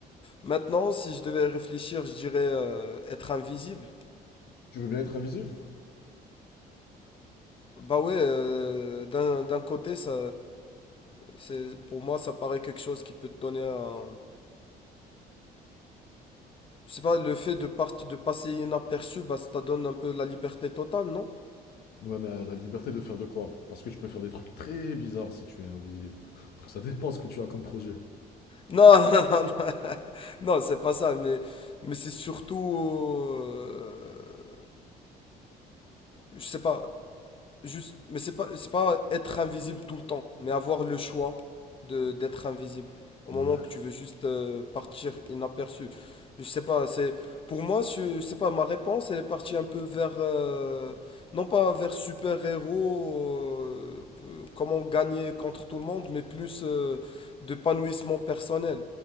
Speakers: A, on the left (about 30°); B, on the left (about 65°).
A: maintenant, si je devais réfléchir, je dirais euh, être invisible.
B: Tu veux bien être invisible?
A: Bah ouais, euh, d'un d'un côté, ça, c'est, pour moi, ça paraît quelque chose qui peut te donner un... Je sais pas, le fait de, parti- de passer inaperçu, bah, ça te donne un peu la liberté totale, non?
B: Ouais, mais euh, la liberté de faire de quoi? Parce que tu peux faire des trucs très bizarres si tu es invisible. <laughs> Donc ça dépend ce que tu as comme projet.
A: Non, <laughs> non, non, non, non, c'est pas ça, mais, mais c'est surtout... euh, je sais pas, Juste, mais c'est pas, c'est pas être invisible tout le temps, mais avoir le choix de d'être invisible au
B: Ouais.
A: moment que tu veux juste euh, partir inaperçu. Je sais pas, c'est pour moi, je, je sais pas, ma réponse elle est partie un peu vers euh, non pas vers super-héros, euh, euh, comment gagner contre tout le monde, mais plus euh, d'épanouissement personnel.